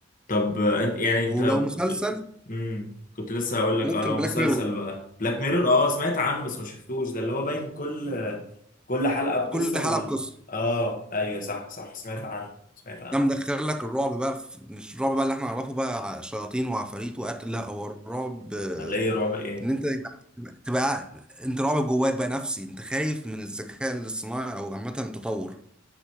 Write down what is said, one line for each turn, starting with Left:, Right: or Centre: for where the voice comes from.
Left: طب آه، أنت- يعني انت
Centre: ولو مسلسل
Left: امم كنت لسه هقول لك
Centre: ممكن
Left: اه لو
Centre: بلاك
Left: مسلسل
Centre: ميرور
Left: بقى بلاك ميرور اه سمعت عنه بس ما شفتوش ده اللي هو باين كل كل حلقة بقصة
Centre: كل حلقه
Left: وال
Centre: بقصه
Left: اه ايوه صح صح سمعت عنه سمعت عنه
Centre: ده مدخل لك الرعب بقى في... مش الرعب بقى اللي احنا نعرفه بقى شياطين وعفاريت وقتل لا هو الرعب آه،
Left: ولا ايه رعب ايه
Centre: ان انت تبقى تبقى- انت رعب جواك بقى نفسي انت خايف من الذكاء الاصطناعي او عامه التطور